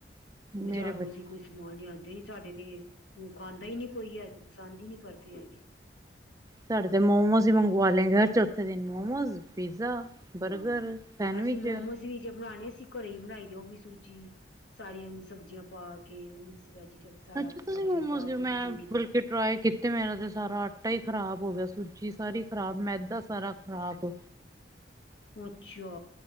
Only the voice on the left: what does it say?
ਬਜ਼ਾਰੋਂ
ਅਸੀਂ ਕੁਈ ਸਮਾਨ ਲਿਯਾਂਦੇ ਨੀ ਸਾਡੇ ਤੇ ਖਾਂਦਾ ਹੁਨ ਖਾਂਦਾਈ ਨੀ ਕੋਈ ਐ ਪਸੰਦ ਈ ਨੀ ਕਰਦੇ ਹੈਗੇ।
ਹਾਂ
ਅਸੀਂ ਮੋਮੋਸ ਜੇ ਬਣਾਣੇ ਅਸੀਂ ਘਰੇ ਈ ਬਣਾਈ ਦੇ ਓਵੀ ਸੂਜੀ ਸਾਰੀਆਂ ਸਬਜ਼ੀਆਂ ਪਾ ਕੇ, ਮਿਕਸ ਵੈਜੀਟੇਬਲ, ਸਾਰਾ
ਸਬਜ਼ੀਆਂ
ਪਾ
ਪੁ
ਕੇ ਚੰਗੀ ਤਰਾਂ
ਅੱਛਾ